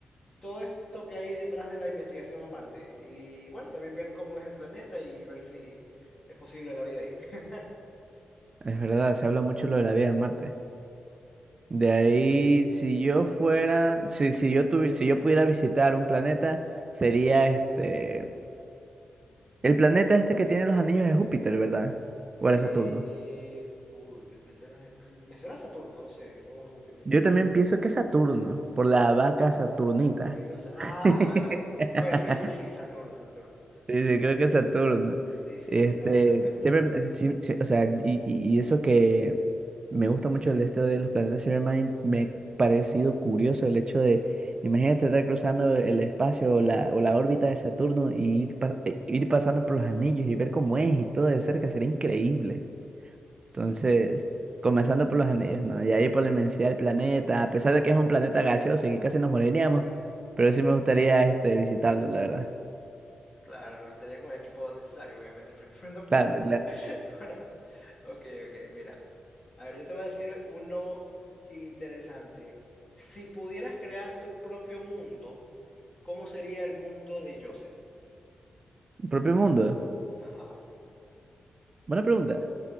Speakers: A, on the left; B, on the right.
A: todo esto que hay detrás de la investigación a Marte. Y bueno, también ver cómo es el planeta y ver si es posible la vida ahí. <laughs>
B: Es verdad, se habla mucho lo de la vida en Marte. De ahí, si yo fuera, si, si yo tuvi- si yo pudiera visitar un planeta, sería este, el planeta este que tiene los anillos de Júpiter, ¿verdad? ¿O
A: Eh,
B: era Saturno?
A: uy, el planeta de los- me suena a Saturno, no sé, o Júpiter.
B: Yo también pienso que es Saturno, por la vaca Saturnita.
A: Ni no sé. Ah,
B: <laughs>
A: pues sí, sí, sí, Saturno, Saturno.
B: Sí, sí, creo que Saturno.
A: Sí, sí,
B: Este,
A: sí, la vaca.
B: siempre, eh, sí, sí, o sea, y, y y eso que me gusta mucho el esto de los planetas, siempre me ha, in- me ha parecido curioso el hecho de, imagínate estar cruzando el espacio o la, o la órbita de Saturno y ir, pa- eh, ir pasando por los anillos y ver cómo es y todo de cerca, sería increíble. Entonces, comenzando por los anillos, ¿no? Y ahí por la inmensidad del planeta, a pesar de que es un planeta gaseoso y que casi nos moriríamos, pero
A: <laughs>
B: sí me gustaría este, visitarlo, la verdad.
A: Claro, lo visitaría con el equipo necesario, obviamente, <laughs> pero pero no para,
B: Claro,
A: <laughs> para- Ok, ok, mira. A ver, yo te voy a decir uno interesante. Si pudieras crear tu propio mundo, ¿cómo sería el mundo de Joseph?
B: Propio mundo.
A: Ajá.
B: Buena pregunta.